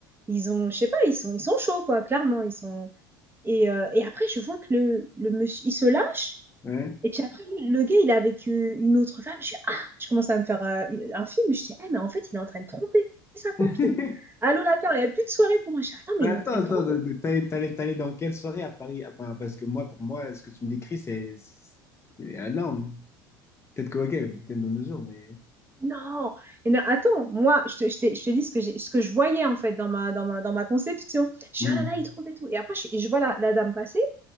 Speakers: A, on the right (about 20°); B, on the left (about 25°).
A: ils ont, je sais pas, ils sont, ils sont chauds, quoi, clairement, ils sont. Et, euh, et après, je vois que le, le monsieur, il se lâche
B: Ouais.
A: et puis après, lui, le gars, il est avec euh, une autre femme. Je suis, ah, je commence à me faire euh, un film. Je dis, ah, mais en fait, il est en train de tromper sa
B: <laughs>
A: copine. Allô, la peur, il n'y a plus de soirée pour moi. Je dis, attends,
B: Mais
A: mais il
B: attends,
A: est en train de
B: attends,
A: tromper.
B: de- de- t'allais t'allais- t'allais dans quelle soirée à Paris? Enfin, parce que moi, pour moi, ce que tu me décris, c'est c'est énorme. Peut-être que, ok, peut-être dans nos jours, mais.
A: Non. Et non, attends, moi, je te, je t'ai- je te dis ce que, j'ai- ce que je voyais, en fait, dans ma, dans ma, dans ma conception. Je
B: Mhm.
A: suis, ah là là, il trompe et tout. Et après, je, je vois la, la dame passer,